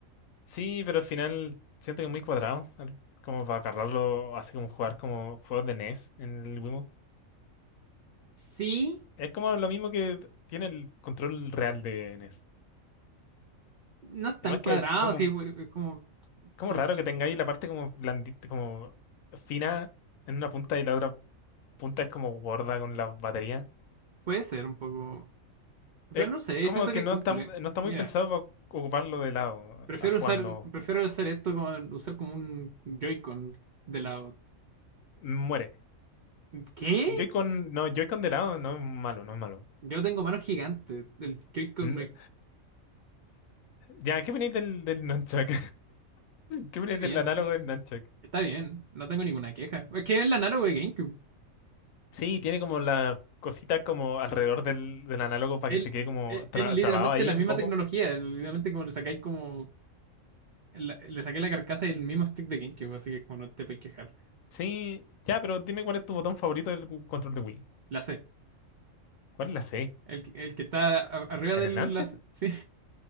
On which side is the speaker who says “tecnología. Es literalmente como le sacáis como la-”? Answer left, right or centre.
Right